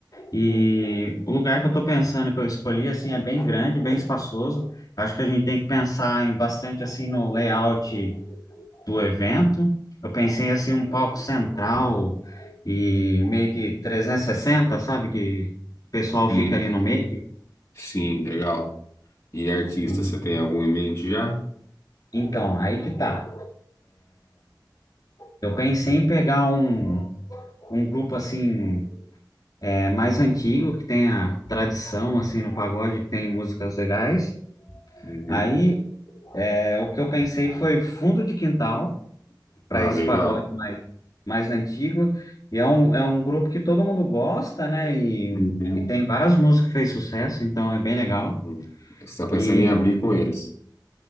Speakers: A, on the left (about 55°); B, on the left (about 35°).
A: E o lugar que eu tô pensando que eu escolhi assim é bem grande, bem espaçoso. Acho que a gente tem que pensar em bastante assim no layout do evento. Eu pensei assim um palco central e meio que 360, sabe, que o pessoal
B: Sim,
A: fica ali no meio.
B: sim, legal. E artista,
A: E,
B: você tem algum em mente já?
A: então, aí que tá. Eu pensei em pegar um, um grupo assim é, mais antigo que tenha tradição assim no pagode, que tem músicas legais.
B: Uhum.
A: Aí é, o que eu pensei foi Fundo de Quintal para
B: Ah,
A: esse
B: legal.
A: pagode mais antigo. E é um, é um grupo que todo mundo gosta, né? E,
B: Uhum.
A: e tem várias músicas que fez sucesso, então é bem legal.
B: Hum. Você está pensando
A: E
B: em abrir com eles.